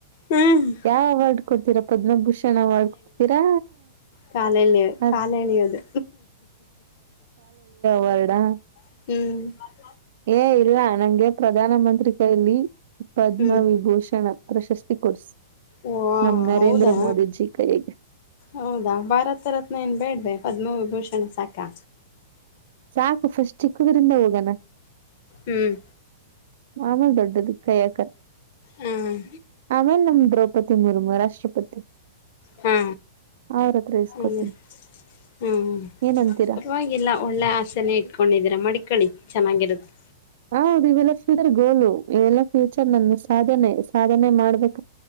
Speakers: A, on the left; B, on the right.
A: ಹ್ಮ್
B: ಯಾವ ಅವಾರ್ಡ್ ಕೊಡ್ತೀರಾ ಪದ್ಮಭೂಷಣ್ ಅವಾರ್ಡ್ ಕೊಡ್ತೀರಾ
A: ಕಾಲ ಎಳಿಯ
B: ಅದ್
A: ಕಾಲಳಿಯೋದು
B: ವರ್ಡಾ
A: ಹ್ಮ್
B: ಏ ಇಲ್ಲ ನಂಗೆ ಪ್ರಧಾನ ಮಂತ್ರಿ ಕೈಲಿ ಪದ್ಮ
A: ಹ್ಮ್.
B: ವಿಭೂಷಣ ಪ್ರಶಸ್ತಿ ಕೊರ್ಸ್
A: ಓ
B: ನಮ್ ನರೇಂದ್ರ
A: ಹೌದಾ
B: ಮೋದಿಜಿ ಕೈಗೆ
A: ಹೌದಾ ಭಾರತ ರತ್ನ ಏನ್ ಬೇಡ್ವೆ ಪದ್ಮವಿಭೂಷಣ ಸಾಕಾ
B: ಸಾಕು ಫಸ್ಟ್ ಚಿಕ್ಕಗ್ರಿಂದ ಹೋಗಣ
A: ಹ್ಮ್
B: ಆಮಾ ದೊಡ್ಡ ದಿಕ್ಕ ಯಕ
A: ಹ್ಮ್
B: ಆಮೇಲೆ ದ್ರೌಪದಿ ಮುರ್ಮು ರಾಷ್ಟ್ರಪತಿ
A: ಹಾ
B: ಅವ್ರತ್ರ ಇಸ್ಕೋತೀನಿ
A: ಅದೇ ಹ್ಮ್
B: ಏನಂತೀರಾ
A: ಪರವಾಗಿಲ್ಲ ಒಳ್ಳೆ ಆಸೆನೇ ಇಟ್ಕೊಂಡಿದೀರ ಮಡ್ಕೊಳ್ಳಿ ಚೆನ್ನಾಗಿರುತ್ತೆ
B: ಹೌದು ಇವೆಲ್ಲ ಫ್ಯೂಚರ್ ಗೋಲು ಇವೆಲ್ಲ ಫ್ಯೂಚರ್ ನನ್ನ ಸಾಧನೆ ಸಾಧನೆ ಮಾಡ್ಬೇಕ